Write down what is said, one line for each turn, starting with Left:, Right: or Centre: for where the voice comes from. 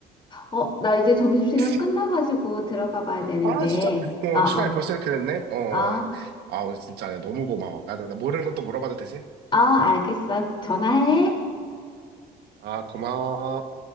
Left: 어, 어, 나 이제 점심시간
Right: 그치.
Left: 끝나가지고 들어가 봐야 되는데.
Right: 아, 진짜? 어,
Left: 어, 어.
Right: 시간이 벌써 이렇게 됐네? 어.
Left: 어,
Right: 아, 오늘 진짜 너무 고마워. 나, 나 모르는 것도 물어봐도 되지?
Left: 어, 알겠어. 전화해.
Right: 아, 고마워.